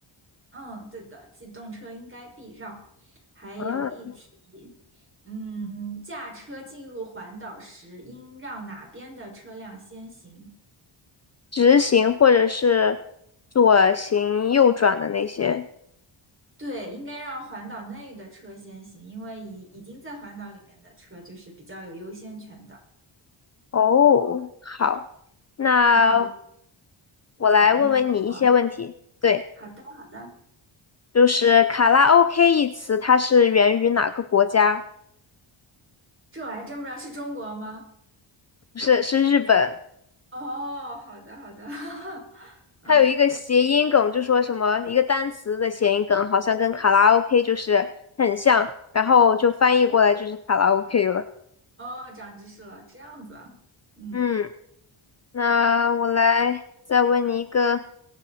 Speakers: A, on the right; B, on the left.
A: 嗯，对的，机动车应该避让。还有一题，
B: 嗯，
A: 嗯，驾车进入环岛时，应让哪边的车辆先行？
B: 直行或者是左行右转的那些。
A: 对，应该让环岛内的车先行，因为已已经在环岛里面的车就是比较有优先权的。
B: 哦，好，那
A: 那我你来问我，
B: 我来问问你一些问题。对，
A: 好的好的，
B: 就是卡拉 OK 一词，它是源于哪个国家？
A: 这我还真不知道是中国吗？
B: 不是，是日本。
A: 哦，好的好的，<laughs> 嗯，
B: 它有一个谐音梗，就说什么一个单词的谐音梗，好像跟卡拉 OK 就是很像，然后就翻译过来就是卡拉 OK 了。
A: 哦，长知识了，这样子啊，嗯
B: 嗯，那我来再问你一个，